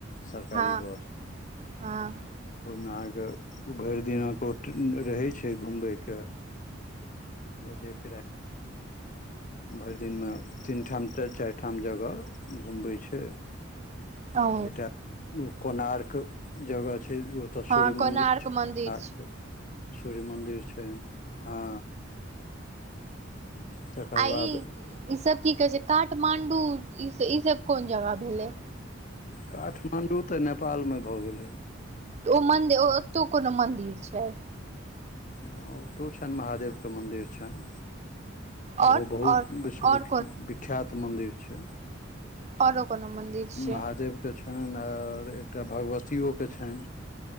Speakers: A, on the left (about 40°); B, on the right (about 35°).
A: सरकारी
B: हँ
A: बस
B: हँ
A: ओइमें अहाँ कऽ भैर दिन ओ रहै छै घुमबैक ओ जेकरा भैर दिनमे तीन ठाम चाइर ठाम जगह घूमबै छै <inaudible>
B: ओ
A: एकटा कोर्णाक जगह छै तऽ सूर्य
B: हँ कोणार्क
A: मन्दिर छै
B: मन्दिर
A: <unintelligible> सूर्य मन्दिर छै हँ तकर
B: आ ई
A: बाद
B: ई सब की कहे छै काठमांडू ई सब कोन जगह भेले
A: काठमाण्डू तऽ नेपाल में भऽ गेलै
B: ओ मन्दिर ओतौ कोनो मंदिर छै
A: हँ ओतौ छन महादेव केँ मन्दिर छैन
B: आओर
A: ओहो बहुत
B: आओर
A: विश्ववि
B: आओर
A: विख्यात मन्दिर छै
B: औरो कोनो मन्दिर छै
A: महादेव केँ छनि और एकटा भगवतियओे छैन